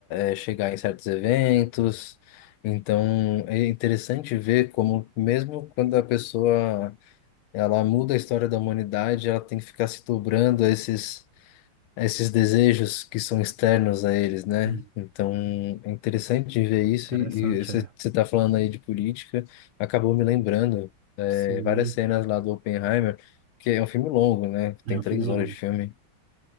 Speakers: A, on the left (about 80°); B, on the right (about 50°).
A: eh, chegar em certos eventos. Então é interessante ver como mesmo quando a pessoa ela muda a história da humanidade, ela tem que ficar se dobrando a esses esses desejos que são externos a eles, né?
B: Sim,
A: Então, é interessante de ver isso.
B: interessante,
A: E e você
B: é.
A: você tá falando aí de política, acabou me lembrando é,
B: Sim,
A: várias cenas lá do Oppenheimer, que é um filme longo, né?
B: é
A: Tem
B: um
A: três
B: filme longo.
A: horas de filme.